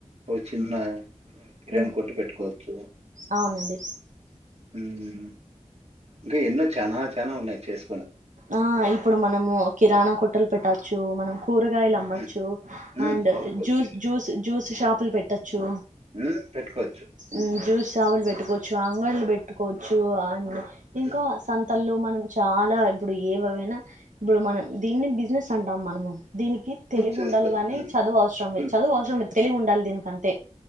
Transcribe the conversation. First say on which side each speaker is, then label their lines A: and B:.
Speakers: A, on the right; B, on the right.
A: ఒక చిన్న కిరాణ్
B: ఉమ్,
A: కొట్టు పెట్టుకోవచ్చు
B: అవునండి
A: మ్మ్ ఇంకా ఎన్నో చానా చానా ఉన్నాయి చేస్
B: ఆ ఇప్పుడు మనము కిరాణా కొట్టలు పెట్టచ్చు మనం కూరగాయలు అమ్మొచ్చు
A: హ్మ్. హ్మ్.
B: అండ్
A: అమ్ముకోవచ్చు.
B: జూస్ జ్యూస్ జ్యూస్ షాపులు పెట్టచ్చు
A: హ్మ్ పెట్టుకోవచ్చు. హ్మ్.
B: ఉమ్ జ్యూస్ షాపలు పెట్టుకో జాంగాయాలు పెట్టుకోవచ్చు అ ఇంకా
A: హ్మ్.
B: సం తలో మనం చాలా ఇప్పుడు ఏవవైనా ఇప్పుడు మనం దీన్ని బిజినెస్ అంటాం మనము దీనికి తెలివి
A: చేసుకోవచ్చు.
B: ఉండాలి గాని
A: హ్మ్.
B: చదువు అవసరం
A: హ్మ్.
B: లే చదువు అవసరం లే తెలివి ఉండాలి దీనికంతే